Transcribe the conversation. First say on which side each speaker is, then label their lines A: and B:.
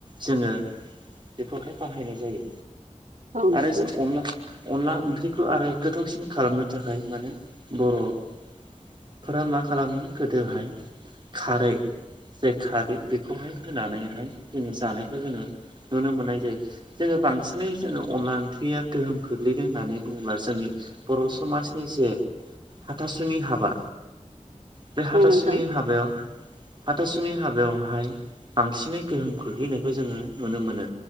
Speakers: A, on the right (about 40°); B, on the right (about 75°).
A: जोङो बेखौहाय बाहायनाय जायो।
B: औ नोंथां औ नोंथां
A: आरो जों अनला अनला ओंख्रिखौ आरो गोथावसिन खालामनो थाखाय मानो बर'फोरा मा खालामो गोदोहाय खारै जाय खारै बेखौहाय होनानैहाय जोङो जानायखौ जोङो नुनो मोननाय जायो। जोङो बांसिनै जोङो अनला ओंख्रिया गोहोम खोख्लैदों होननानै बुङोब्ला जोंनि बर' समाजनि जे हाथासुनि हाबा बे हाथासुनि
B: औ नोंथां
A: हाबायाव हाथासुनि हाबायावहाय बांसिनै गोहोम खोलैनायखौ जोङो नुनो मोनो।